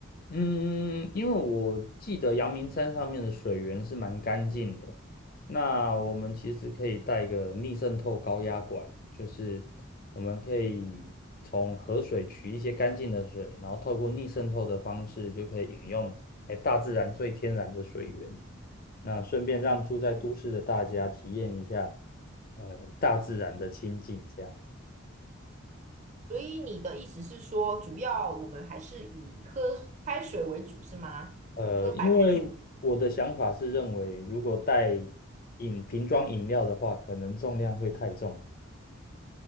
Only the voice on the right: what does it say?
所以你的意思是说，主要我们还是以喝开水为主，是吗？
喝白开水。